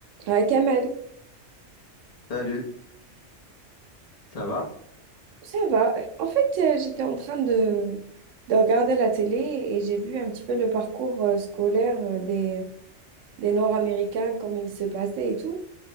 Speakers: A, on the right (about 85°); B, on the left (about 35°).
A: Ouais, Kamel,
B: Salut, ça va?
A: ça va. En fait, euh, j'étais en train de, de regarder la télé et j'ai vu un petit peu le parcours euh, scolaire euh, des, des Nord-Américains, comment il se passait et tout.